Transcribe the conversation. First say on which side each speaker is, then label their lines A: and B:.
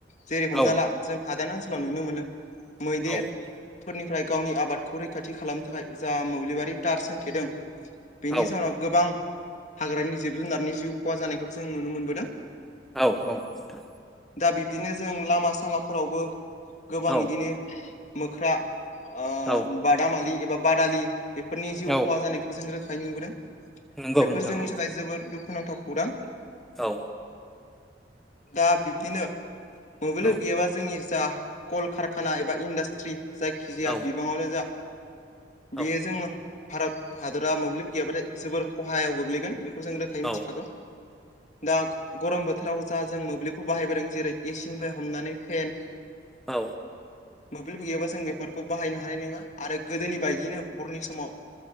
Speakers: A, on the left; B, in the centre.
A: जेरै
B: औ
A: हमना ला जों हादान ओनसोलाव नुनो मोनो मैदेर
B: औ
A: फोरनिफ्राय गावनि आबादखौ रैखाथि खालामनो थाखाय जा मोब्लिबारि टार सोंथेदों बेनि
B: औ
A: जाहोनाव गोबां हाग्रानि जिब जुनारनि जिउ खहा जानायखौ जों नुनो मोनबोदों।
B: औ औ‌ नोंथां
A: दा बिब्दिनो जों लामा सामाफोरावबो गोबां
B: औ
A: इदिनो मोख्रा ओ
B: औ
A: बादामालि एबा बादालि बेफोरनि जिउ
B: औ
A: खहा जानायखौबो जों रोखायै नुबोदों।
B: नंगौ
A: बेफोर
B: नोंथां
A: जोंनि
B: नंगौ
A: थाखाय जोबोद दुखुनांथाव खौरां
B: औ
A: दा बिब्दिनो मोब्लिब
B: औ
A: गैयाबा जोंनि जा कलकारखाना एबा इन्डास्ट्रि जायखिजाया
B: औ
A: बिबाङावनो जा बियो
B: औ
A: जोङो भारत हादरा मोब्लिब गैयाबाथाय जोबोर खहायाव गोग्लैगोन बे खौ जों रोखायै मिथिखागौ
B: औ
A: दा गरम बोथोराव जा जों मोब्लिबखौ बाहायबोदों जेरै एसि निफ्राय हमनानै फेन
B: औ
A: मोब्लिब गैयाबा जों बेफोरखौ बाहायनो हानाय नोङा आरो गोदोनि बायदियैनो हरनि समाव